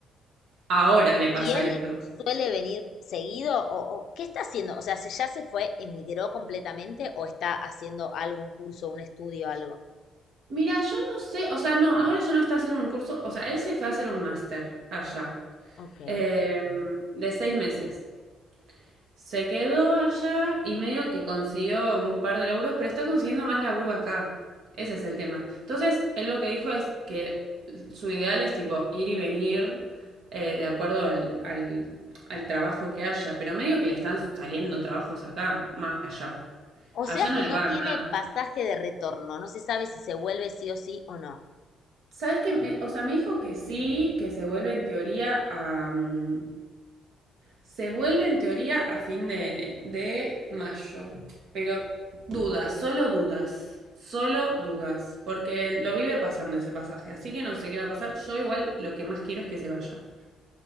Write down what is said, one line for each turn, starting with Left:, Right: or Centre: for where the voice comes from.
Right: Ahora le pasa
Left: ¿Y él
Right: eso.
Left: suele venir seguido o, o qué está haciendo? O sea, ¿se ya se fue, emigró completamente o está haciendo algún curso, un estudio, algo?
Right: Mira, yo no sé, o sea, no, ahora ya no está haciendo un curso, o sea, él se fue a hacer un máster allá.
Left: Ok.
Right: Eh, de seis meses. Se quedó allá y medio que consiguió un par de laburos, pero está consiguiendo más laburo acá. Ese es el tema. Entonces, él lo que dijo es que su ideal es tipo ir y venir eh, de acuerdo al, al, al trabajo que haya, pero medio que le están saliendo trabajos acá, más allá.
Left: O
Right: Allá
Left: sea que
Right: no le
Left: no
Right: pagan
Left: tiene
Right: nada.
Left: pasaje de retorno, no se sabe si se vuelve sí o sí o no.
Right: ¿Sabes qué? Me- o sea, me dijo que sí, que se vuelve en teoría a, mm, Se vuelve en teoría a fin de, de mayo, pero dudas, solo dudas, solo dudas, porque lo vive pasando ese pasaje, así que no sé qué va a pasar. Yo igual lo que más quiero es que se vaya,